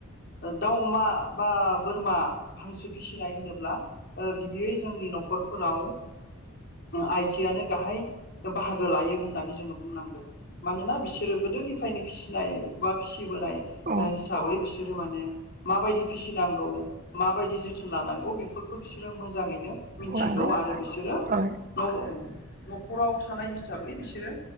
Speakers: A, on the left; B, on the right.
A: दाउ अमा बा बोरमा हांसो फिसिनाय होनोब्ला ओ गिबियै जोंनि न'खरफोराव ओ आइजोआनो गाहाय बाहागो लायो होननानै जोङो बुंनांगोन मानोना बिसोरो गोदोनिफ्रायनो फिसिनाय। बा फिसिबोनाय
B: औ
A: हिसाबै बिसोरो माने माबायदि फिसिनांगौ माबायदि जोथोन लानांगौ बेफोरखौ बिसोरो मोजाङैनो मिनथिगौ
B: नंगौ
A: आरो बिसोरो
B: औ
A: न'खराव थानाय हिसाबै बिसोरो